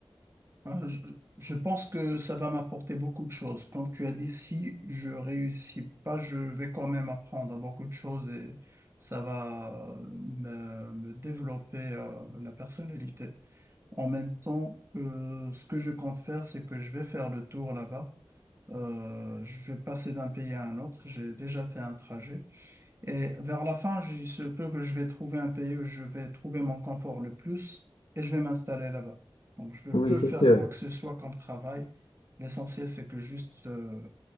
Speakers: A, on the right; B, on the left.
A: Euh, Je, je pense que ça va m'apporter beaucoup de choses. Comme tu as dit, si je réussis pas, je vais quand même apprendre beaucoup de choses et ça va euh, me, me développer euh, la personnalité. En même temps, euh, ce que je compte faire, c'est que je vais faire le tour là-bas. Euh, je vais passer d'un pays à un autre. J'ai déjà fait un trajet. Et vers la fin, je- il se peut que je vais trouver un pays où je vais trouver mon confort le plus et je vais m'installer là-bas. Donc, je peux
B: Oui, c'est
A: faire
B: sûr.
A: quoi que ce soit comme travail. L'essentiel, c'est que juste, euh,